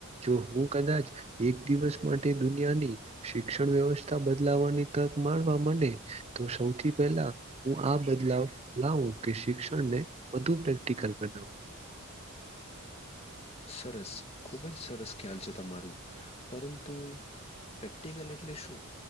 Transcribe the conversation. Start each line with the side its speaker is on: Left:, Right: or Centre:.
Right: જો હું કદાચ એક દિવસ માટે દુનિયાની શિક્ષણ વ્યવસ્થા બદલાવાની તક માળવા મડે તો સૌથી પહેલા હું આ બદલાવ લાવું. શિક્ષને વધુ પ્રેક્ટિકલ બનાવુ.
Left: સરસ ખુબ જ સરસ ખ્યાલ છે, તમારું પરંતુ પ્રેક્ટિકલ એટલે શું?